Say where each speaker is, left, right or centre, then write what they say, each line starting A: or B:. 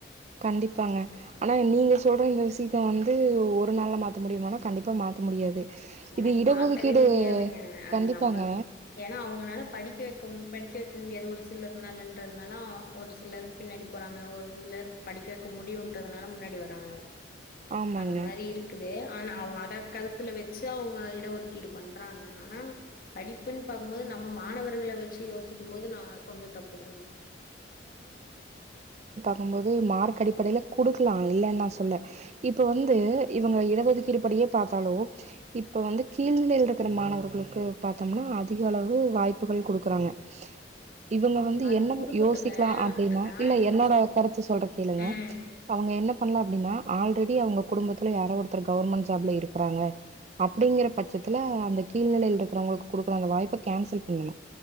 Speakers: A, on the right; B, on the left.
A: கண்டிப்பாங்க ஆனா நீங்க சொல்ற இந்த விஷயத்த வந்து ஒரு நாள்ல மாத்த முடியுமனா கண்டிப்பா மாத்த முடியாது இது
B: அது
A: இடஒதுக்கீடு
B: மாத்தவே முடியாதுங்க அது
A: கண்டிப்பாங்க.
B: நம்ம ஏனா அவங்கனால படிக்க வக்க ம் படிக்க வக் க முடியாது ஒரு சிலர்னாலன்றதுனால அ ஒரு சிலர் பின்னாடி போறாங்க ஒரு சிலர் படிக்க வெக்க முடியும்ன்றதுனால முன்னாடி வராங்க
A: ஆமாங்க.
B: அந்த மாரி இருக்குது ஆனா அவங்க அத கருத்துல வச்சு அவங்க இடஒதுக்கீடு பண்றாங்க ஆனா படிப்புன்னு பாரக்கும்போது நம்ம மாணவர்கள வச்சு யோசிக்கும் போது நான் கொஞ்சம் தப்பு தானே
A: போது மார்க் அடிப்படையில கொடுக்கலாம் இல்லன்னு நான் சொல்ல இப்ப வந்து இவங்க இடஒதுக்கீடு படியே பார்த்தாலோ இப்ப வந்து கீழ்ல இருக்கிற மாணவர்களுக்கு பார்த்தோம்னா அதிக அளவு வாய்ப்புகள் கொடுக்குறாங்க இவங்க வந்து
B: அது
A: என்ன
B: குடுக்கட்டுங்க.
A: யோசி லாம் அப்டின்னா
B: நான்
A: இல்ல
B: என்ன
A: என்னோட
B: சொல்
A: கருத்து சொல்ற கேளுங்க
B: ம்.
A: அவங்க என்ன பண்ணலாம் அப்டின்னா ஆல்ரெடி அவங்க குடும்பத்துல யார ஒருத்தரு கவெர்மென்ட் ஜாப்ல இருக்காங்க அப்டிங்கற பட்சத்துல அந்த கீழ்நில இருங்களுக்குடுக்க வாய்ப்பை கான்செல்